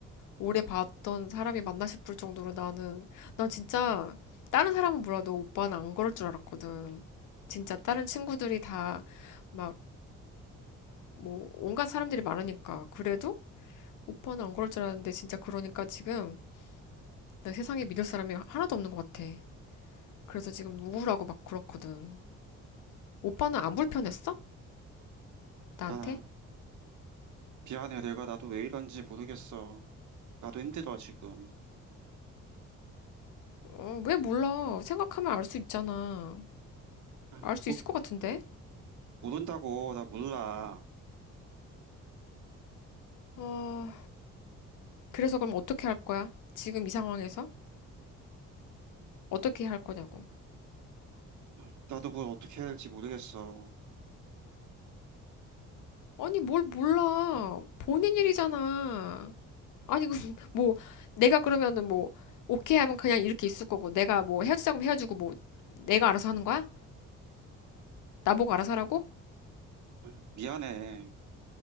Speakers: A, on the left; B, on the right.
A: 오래 봤던 사람이 맞나 싶을 정도로 나는, 나 진짜 다른 사람은 몰라도 오빠는 안 그럴 줄 알았거든. 진짜 다른 친구들이 다 막, 뭐, 온갖 사람들이 많으니까. 그래도 오빠는 안 그럴 줄 알았는데 진짜 그러니까 지금 나 세상에 믿을 사람이 하나도 없는 것 같아. 그래서 지금 우울하고 막 그렇거든. 오빠는 안 불편했어? 나한테?
B: 아. 미안해, 내가 나도 왜 이런지 모르겠어. 나도 힘들어, 지금.
A: 어, 왜 몰라. 생각하면 알 수 있잖아.
B: 아,
A: 알 수
B: 모,
A: 있을 것 같은데?
B: 모른다고, 나 몰라.
A: 어, 그래서 그럼 어떻게 할 거야? 지금 이 상황에서? 어떻게
B: 아,
A: 할 거냐고.
B: 아, 나도 뭘 어떻게 해야 할지 모르겠어.
A: 아니, 뭘 몰라. 본인 일이잖아. 아니, 그 <laughs> 뭐, 내가 그러면은 뭐, 오케이 하면 그냥 이렇게 있을 거고, 내가 뭐 헤어지자고 헤어지고, 뭐, 내가 알아서 하는 거야? 나보고 알아서 하라고?
B: 아, 미안해.